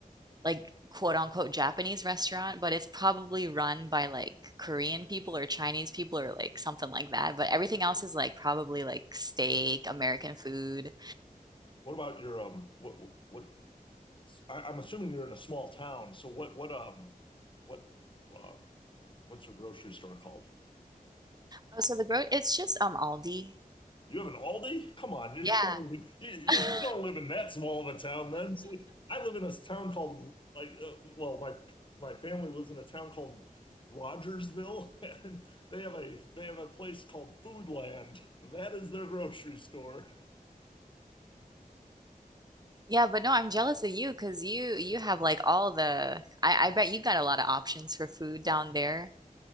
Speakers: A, on the right; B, on the left.
A: like quote unquote Japanese restaurant, but it's probably run by like Korean people or Chinese people or like something like that. But everything else is like probably like steak, American food.
B: What about your um what what, what I, I'm assuming you're in a small town, so what what um what um what's your grocery store called?
A: Oh, so the growth it's just um Aldi.
B: You have an Aldi? Come on, you
A: Yeah.
B: can't. Even, you, you
A: <laughs>
B: you don't live in that small of a town. Then See, I live in a town called like uh, well, my my family lives in a town called Rogersville, <laughs> and they have a they have a place called Foodland. That is their grocery store
A: Yeah, but no, I'm jealous of you because you you have like all the I, I bet you got a lot of options for food down there.